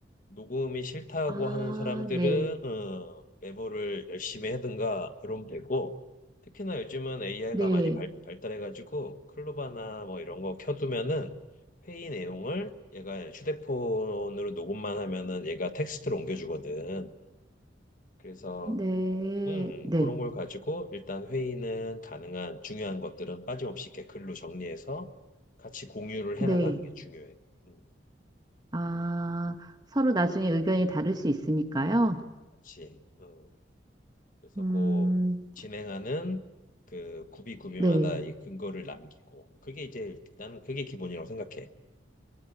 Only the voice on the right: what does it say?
아,
네.
네.
네.
네.
네.
아, 서로 나중에 의견이 다를 수 있으니까요.
음.
네.